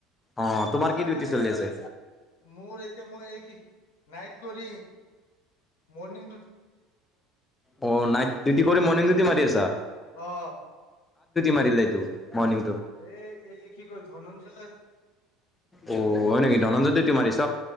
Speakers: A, on the left (about 15°); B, on the left (about 85°).
A: অ', তোমাৰ
B: আৰু
A: কি ডিউটি চলি আছে?
B: মোৰ এতিয়া মই এই কি। নাইট কৰি মৰ্ণং
A: অ নাইট ডিউটি কৰি মৰ্ণং ডিউটি মাৰি আছা।
B: অ
A: মাৰিলে তো মৰ্ণং
B: এই এই কি কয় ধনঞ্জয়
A: অ হয় নেকি ধনঞ্জয় ডিওতি তু মাৰিছ